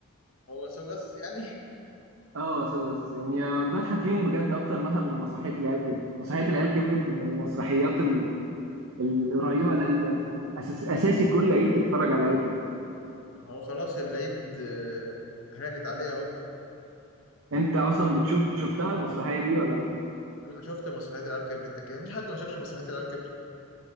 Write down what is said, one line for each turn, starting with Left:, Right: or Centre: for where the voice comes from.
Left: هو سو بس يعني
Right: اه بس بس يعني آه، بضحك فيهم بجد اكتر مثلا من مسرحية العيال كبرت مسرحية العيال كبرت من المسرحيات ال- القريبة لقلبي قوي فاهم أساس... اساسي كل عيد تتفرج على العيال كبرت
Left: <laughs> هو خلاص العيد آه... هانت عليه اهو
Right: انت اصلا بتشوف شفتها المسرحية دي ولا لا؟
Left: لا، شفت مسرحيات العيال كبرت اكيد مفيش حد ما شافش مسرحيات العيال كبرت